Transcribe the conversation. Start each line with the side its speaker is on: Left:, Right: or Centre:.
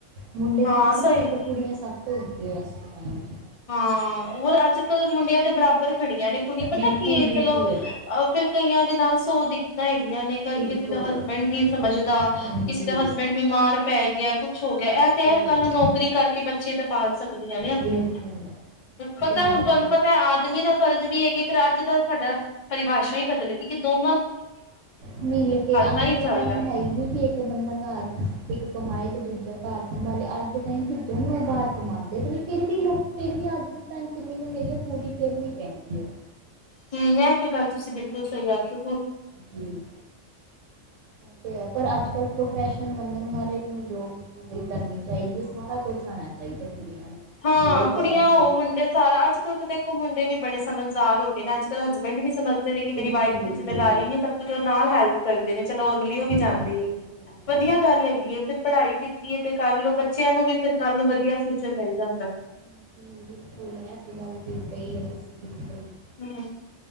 Right: ਮੁੰਡੇ
Left: ਹਾਂ
Right: ਕੁਛ ਨਹੀਂ
Left: ਸਹੀ
Right: ਹੈ ਪਰ ਕੁੜੀਆਂ ਸਭ ਤੋਂ ਦੇ ਅੱਜ ਦੇ ਟਾਈਮ ਚ
Left: ਹਾਂ ਹੋਰ ਅੱਜ ਕੱਲ ਮੁੰਡਿਆਂ ਦੇ ਬਰਾਬਰ ਖੜੀਆਂ ਨੇ ਕੁੜੀਆਂ ਪਤਾ
Right: ਬਿਲਕੁਲ
Left: ਕੀ
Right: ਬਿਲਕੁਲ
Left: ਚਲੋ ਅਹ ਕਈਆਂ ਦੇ ਨਾਲ ਸੋ ਦਿੱਕਤਾਂ ਹੈ ਗਈਆ ਨੇ ਕਈ
Right: ਬਿਲਕੁਲ
Left: ਕਿਸੇ ਦਾ ਹਸਬੈਂਡ ਨੀ ਸਮਝਦਾ
Right: ਹਾਂਜੀ
Left: ਕਿਸੇ ਦਾ ਹਸਬੈਂਡ ਬਿਮਾਰ ਪੈ ਗਿਆ ਕੁਛ ਹੋ ਗਿਆ
Right: ਬਿਲਕੁਲ
Left: ਇਹ ਤਾਂ ਅਜ
Right: ਬਿਲਕੁਲ
Left: ਕੱਲ੍ਹ ਨੂੰ ਨੌਕਰੀ ਕਰਕੇ ਬੱਚੇ ਤੇ ਪਾਲ ਸਕਦੀਆਂ ਨੇ ਆਪਣੇ
Right: ਬਿਲਕੁਲ ਇਹ
Left: ਪਤਾ
Right: ਤੇ ਹੈ
Left: ਹੁਣ ਤੁਹਾਨੂੰ
Right: ਜੀ
Left: ਪਤਾ ਆਦਮੀ ਦਾ ਫਰਜ਼ ਵੀ ਹੈਗੇ ਪਰ ਅੱਜ ਦਾ ਸਾਡਾ ਪਰਿਭਾਸ਼ਾ ਹੀ ਬਦਲੇਗੀ ਕਿ ਦੋ
Right: ਮਿਲ ਕੇ ਅੱਜ
Left: ਤਾਂ ਹੀ ਚੱਲਦਾ
Right: ਦਾ ਟਾਈਮ ਹੈ ਹੀ ਨਹੀਂ ਕਿ ਇੱਕ ਬੰਦਾ ਘਰ ਦਾ ਇੱਕ ਕਮਾਏ ਤੇ ਦੂਜਾ ਘਰ ਸੰਭਾਲੇ ਅੱਜ ਦੇ ਟਾਈਮ ਦੋਨੋਂ ਬਾਹਰ ਕਮਾਦੇ ਨੇ ਫਿਰ ਵੀ ਲੋਕ ਫਿਰ ਵੀ ਅੱਜ ਦੇ ਟ ਕਿੰਨੀ ਮਹੀਨ ਹੈ ਪੂਰੀ ਫਿਰ ਵੀ ਪੈਂਦੀ ਹੈ।
Left: ਹੂੰ ਇਹ ਤੇ ਗੱਲ ਤੁਸੀਂ ਬਿਲਕੁਲ ਸਹੀ ਆਖੀ
Right: ਜੀ ਤੇ ਹੈ ਪਰ ਅੱਜ ਕੱਲ੍ਹ ਪ੍ਰੋਫੈਸ਼ਨ ਬੰਦੇ ਨੂੰ ਹਰ ਇੱਕ ਨੂੰ ਜੋਬ ਕਰਨੀ ਚਾਹੀਦੀ ਹੈ ਸਾਰਾ ਕੁਛ ਆਣਾ ਚਾਹੀਦਾ। ਕੁੜੀਆਂ ਨੂੰ
Left: ਹਾਂ
Right: ਬਹੁਤ
Left: ਕੁੜੀਆਂ
Right: ਅੱਗੇ
Left: ਹੋ ਮੁੰਡੇ ਸਾਰਾ ਅੱਜ ਕੱਲ ਤਾਂ ਦੇਖੋ ਮੁੰਡੇ ਵੀ ਬੜੇ ਸਮਝਦਾਰ ਹੋ ਗਏ ਨੇ ਕ ਹਸਬੈਂਡ ਵੀ ਸਮਝਦੇ ਨੇ ਕਿ ਮੇਰੀ
Right: ਬਿਲਕੁਲ
Left: ਵਾਈਫ
Right: ਬਿਲਕੁਲ
Left: ਦੀ ਜਿੰਮੇਦਾਰੀ
Right: ਬਿਲਕੁਲ
Left: ਨੀ ਸਭ ਕੁਛ ਉਹ ਨਾਲ ਹੈਲਪ ਕਰਦੇ ਨੇ ਚਲੋ ਅਗਲੀਓ
Right: ਹੈਲਪ ਸਹੀ
Left: ਵੀ ਜਾਂਦੀ ਹੈ ਵਧੀਆ
Right: ਹੈ ਜੀ
Left: ਗੱਲ ਹੈਗੀ ਹੈ ਤੇ ਪੜ੍ਹਾਈ ਕੀਤੀ ਹੈ ਤੇ ਕਰਲੋ ਬੱਚਿਆਂ ਨੂੰ ਵੀ ਫਿਰ ਕੱਲ ਨੂੰ ਵਧੀਆ ਫ ਮਿਲ ਜਾਂਦਾ।
Right: ਹਾਂਜੀ ਬਿਲਕੁਲ ਮੈਂ ਤੇ ਗੱਲ ਕੀ ਪਹੀ ਆ ਤੁਸੀਂ ਬਿਲਕੁਲ।
Left: ਹਮ